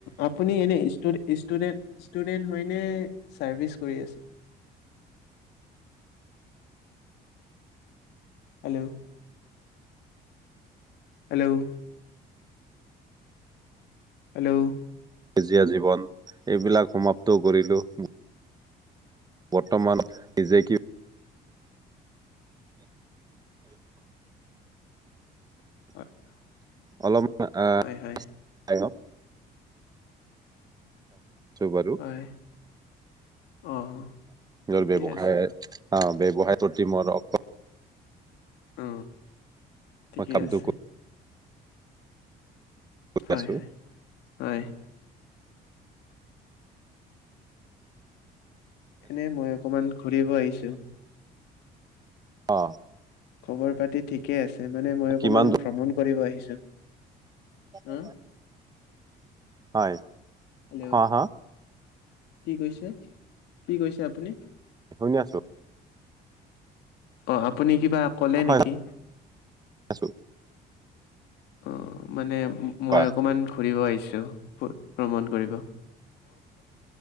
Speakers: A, on the left (about 80°); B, on the right (about 25°).
A: আপুনি এনেুষ্টুডেট ষ্টুডেণ্ট হয় ন <unintelligible> চাৰ্ভিচ কৰি আছে হেল্ল' হেল্ল' হেল্ল'
B: সেজীয়া জীৱন এইবিলাক সমাপ্তও কৰিলো <unintelligible> বৰ্তমান নিজে কি
A: <inaudible>
B: অলপমান আহ
A: হয় হয়।
B: <unintelligible> চু বাৰ <unintelligible>
A: হয়। অঁ,
B: ব্যৱসায়
A: ঠিকে আছে।
B: প্ৰতি মোৰ অ
A: অ ঠিকে
B: কামটো
A: আছে
B: কৰি
A: হয়
B: আছো
A: হয় হয় এনে মই অকমান ঘূৰিব আহিছো।
B: অ
A: খবৰ পাতি ঠিকে আছে মানে মই অকমান
B: কিমান দূৰ
A: ভ্ৰমণ কৰিব আহিছো।
B: <inaudible>
A: অঁ,
B: হয়
A: হেল্ল'
B: হ হা <unintelligible>
A: কি কৈছে কি কৈছে আপুনি?
B: শুনি আছো <unintelligible>
A: অ আপুনি কিবা কলে
B: হয়
A: নেকি
B: আছো
A: অ মানে মই
B: কোৱা
A: অকমান ঘুৰিব আহিছো। ভ্ৰমণ কৰিব <unintelligible>